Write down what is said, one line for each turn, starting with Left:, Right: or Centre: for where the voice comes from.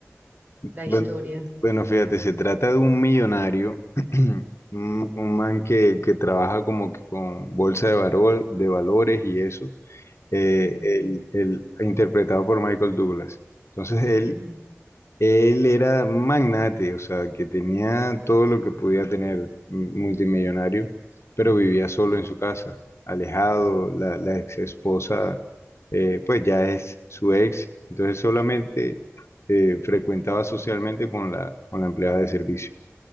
Right: la
Left: Bueno,
Right: historia.
Left: bueno, fíjate, se trata de un millonario, <clears throat> un, un man que, que trabaja como que con bolsa de valor, de valores y eso, eh,
Right: Ujú,
Left: el, el- interpretado por Michael Douglas. Entonces él
Right: ujú,
Left: él era magnate, o sea, que tenía todo lo que podía tener un multimillonario, pero vivía solo
Right: ujú,
Left: en su casa, alejado. La, la ex esposa, eh, pues ya es su ex, entonces solamente eh, frecuentaba socialmente con la, con la empleada de servicio.